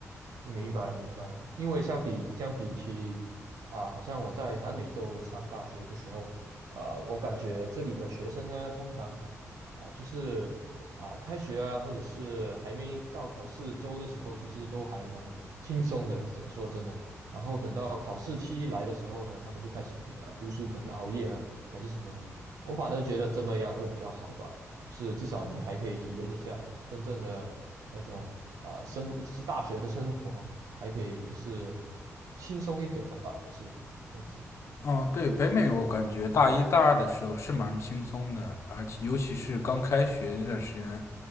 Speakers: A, on the right; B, on the left.
A: 明白明白，因为相比相比起啊、好像我在南美洲上大学的时候，啊、我感觉这里的学生呢，通常啊、就是啊、开学啊，或者是还没到考试周的时候，其实都还蛮轻松的，说说真的。然后等到考试期来的时候呢，他们就开始啊、读书，可能熬夜啊，还是什么的。我反而觉得这么样会比较好吧。是至少你还可以体验一下真正的那种啊、生是大学的生活，还可以就是轻松一点吧，就是这样子。
B: 哦，对，北美我感觉大一大二的时候是蛮轻松的，而且尤其是刚开学那段时间，